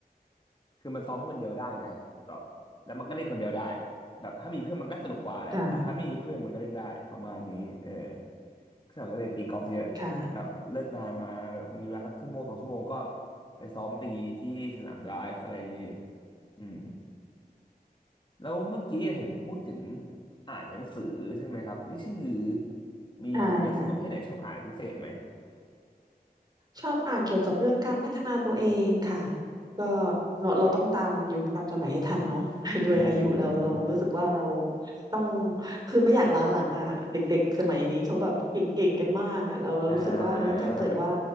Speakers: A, on the left; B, on the right.
A: คือมันซ้อมคนเดียวได้ไงแบบแล้วมันก็เล่นคนเดียวได้แบบถ้ามีเพื่อนมันก็สนุกกว่าแหละแต่ถ้าไม่มีเพื่อนมันก็เล่นได้ประมาณนี้เออ
B: ค่ะ
A: ซ่งเราก็เลยตีกอล์ฟเยอะแบบเลิกงานมา
B: ค่ะ
A: มีเวลาสักชั่วโมงสองชั่วโมงก็ไปซ้อมตีที่สนามไดรฟ์อะไรอย่างนี้อืมแล้วเมื่อกี้เห็นพูดถึงอ่านหนังสือใช่ไหมครับนี่ชื่อมีหนังสือประเภทไหนชอบอ่านเป็นพิเศษไหม
B: ใช่ค่ะชอบอ่านเกี่ยวกับเรื่องการพัฒนาตัวเองค่ะก็เราเราต้องตามยุคตามสมัยให้ทันเนาะ <laughs> ด้วยอายุเราเรารู้สึกว่าเรา
A: อืม
B: ต้องคือไม่อยากล้าหลังอ่ะเด็กๆสมัยนี้เขาแบบเก่งๆกันมากอ่ะเราเรารู้สึกว่าเฮ้ยถ้าเกิดว่า
A: อ่า